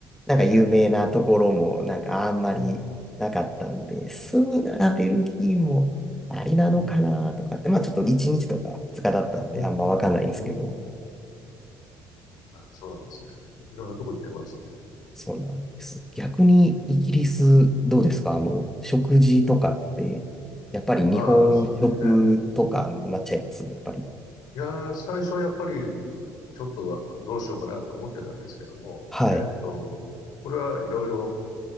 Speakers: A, in the centre; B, on the left.
A: なんか有名なところもなんかあんまりなかったんで、
B: ええ。うん、
A: 住むならベルギーもありなのかなとかって、
B: うん、うん、
A: まあちょっと1日とか2日だったんであんまわかんないんですけど、
B: うん、うん。あ、そうなんですね。いろんなとこ行ってますね。
A: そうなんです。逆にイギリスどうですかあの、食事とかって、やっぱり日本食とかになっちゃいますやっぱり。
B: ああ、食事ね。いやー、最初やっぱり、ちょっとはどうしようかなと思ってたんですけども、
A: はい。
B: えっと、これはいろいろ、